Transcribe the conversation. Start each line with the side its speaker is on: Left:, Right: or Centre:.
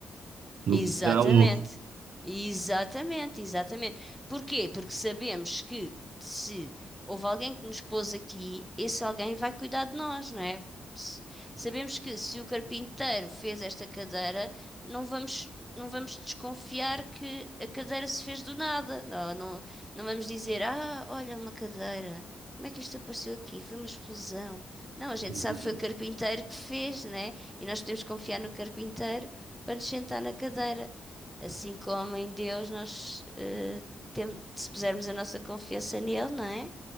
Right: no
Centre: Exatamente.
Right: que já houve.
Centre: Exatamente, exatamente. Porquê? Porque sabemos que se houve alguém que nos pôs aqui, esse alguém vai cuidar de nós, não é? Se- Sabemos que se o carpinteiro fez esta cadeira, não vamos, não vamos desconfiar que a cadeira se fez do nada. Não, não, não vamos dizer, ah, olha uma cadeira, como é que isto apareceu aqui? Foi uma explosão. Não, a gente
Right: <laughs>
Centre: sabe que foi o carpinteiro que fez, não é? E nós podemos confiar no carpinteiro para nos sentar na cadeira. Assim como em Deus nós eh, tem- se pusermos a nossa confiança nele, não é?